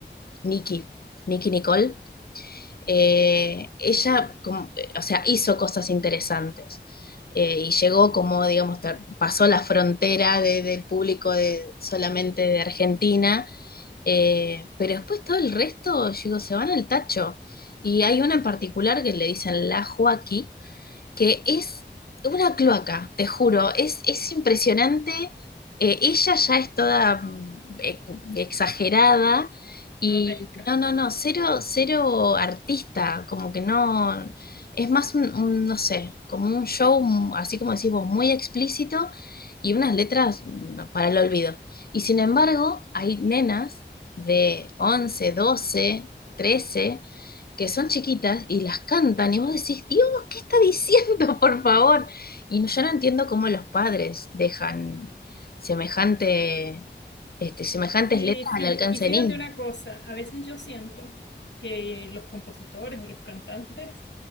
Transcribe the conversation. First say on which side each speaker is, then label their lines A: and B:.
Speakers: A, on the left; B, on the left.
A: Nicki, Nicki Nicole. Eh, ella, como- eh, o sea, hizo cosas interesantes eh, y llegó como, digamos, tra- pasó la frontera de- del público de, solamente de Argentina eh, pero después todo el resto, yo digo, se van al tacho. Y hay una en particular que le dicen la Joaquí, que es una cloaca, te juro, es, es impresionante. Eh, ella ya es toda mm, e- exagerada y
B: Grotesca.
A: no, no, no, cero, cero artista, como que no, es más un, un, no sé, como un show, mm, así como decís vos, muy explícito y unas letras mm, para el olvido. Y sin embargo, hay nenas de 11 12 13 que son chiquitas y las cantan y vos decís, Dios, ¿qué está diciendo, <laughs> por favor? Y no- yo no entiendo cómo los padres dejan semejante, este, semejantes
B: Sí,
A: letras
B: fí-
A: al alcance
B: y fíjate
A: de niños.
B: una cosa, a veces yo siento que los compositores o los cantantes